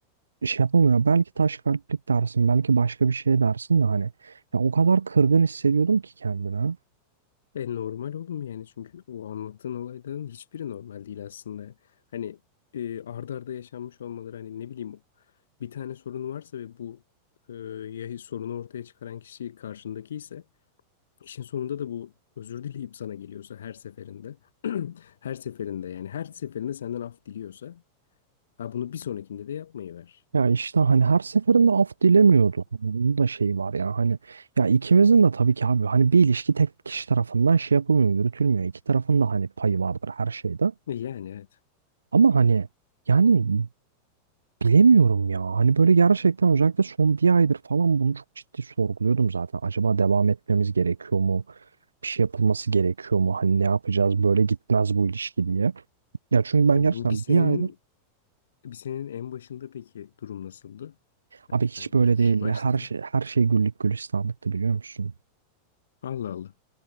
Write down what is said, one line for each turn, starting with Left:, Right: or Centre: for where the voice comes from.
Right: şey yapamıyor. Belki taş kalplik dersin, belki başka bir şey dersin de hani. Ya o kadar kırgın hissediyordum ki kendime.
Left: E normal oğlum yani çünkü o anlattığın olayların hiçbiri normal değil aslında. Hani e, arda arda yaşanmış olmaları hani ne bileyim bir tane sorun varsa ve bu e, ya sorunu ortaya çıkaran kişi karşındaki ise işin sonunda da bu özür dileyip sana geliyorsa her seferinde <clears throat> her seferinde yani her seferinde senden af diliyorsa ha bunu bir sonrakinde de yapmayı ver.
Right: Ya işte hani her seferinde af dilemiyordu. Bunun da şeyi var ya hani ya ikimizin de tabii ki abi hani bir ilişki tek kişi tarafından şey yapılmıyor, yürütülmüyor. İki tarafın da hani payı vardır her şeyde.
Left: E, Yani evet.
Right: Ama hani yani bilemiyorum ya. Hani böyle gerçekten özellikle son bir aydır falan bunu çok ciddi sorguluyordum zaten. Acaba devam etmemiz gerekiyor mu? Bir şey yapılması gerekiyor mu? Hani ne yapacağız? Böyle gitmez bu ilişki diye. Ya çünkü ben
Left: E,
Right: gerçekten
Left: bu bir senenin
Right: bir aydır
Left: bir senenin en başında peki durum nasıldı?
Right: abi hiç
Left: Yani
Right: böyle
Left: ilk
Right: değildi.
Left: başlarda.
Right: Her şey her şey güllük gülistanlıktı biliyor musun?
Left: Allah Allah.